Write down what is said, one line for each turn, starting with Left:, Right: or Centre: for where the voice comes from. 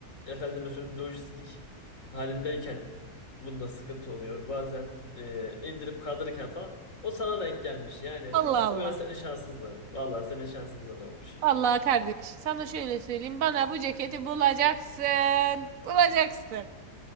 Left: efendim mesela lojistik halindeyken bunda sıkıntı oluyor. Bazen e, indirip kaldırırken falan o sana denk gelmiş. Yani
Right: Allah Allah.
Left: o biraz senin şanssızlığın. Vallahi senin şanssızlığın olmuş ya.
Right: Vallahi kardeş, sana şöyle söyleyeyim. Bana bu ceketi bulacaksın. Bulacaksın.